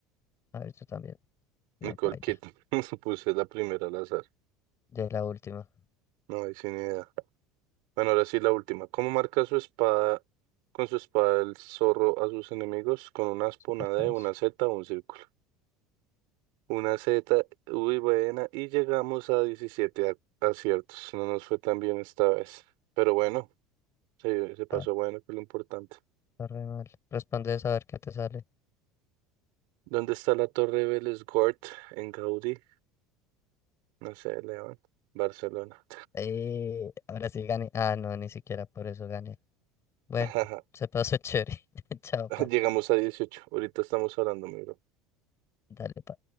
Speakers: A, on the left; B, on the right.
A: A ver, tú también, no
B: Nicole
A: baila.
B: Kidman. <laughs> Puse la primera al azar.
A: De la última,
B: No hay sin idea. Bueno, ahora sí la última. ¿Cómo marca su espada, con su espada el zorro a sus enemigos? Con una aspa,
A: super
B: una D,
A: fácil.
B: una Z o un círculo. Una Z, uy, buena. Y llegamos a 17 a- aciertos. No nos fue tan bien esta vez. Pero bueno, se, se pasó
A: Ah,
B: bueno, que es lo importante.
A: está re mal. Responde a ver qué te sale.
B: ¿Dónde está la Torre Vélez-Gort en Gaudí? No sé, León. Barcelona.
A: Eh, ahora sí gané. Ah, no, ni siquiera por eso gané. Bueno,
B: <laughs>
A: se pasó chévere. <laughs> Chao, pa.
B: Llegamos a 18. Ahorita estamos hablando, mi bro.
A: Dale, pa.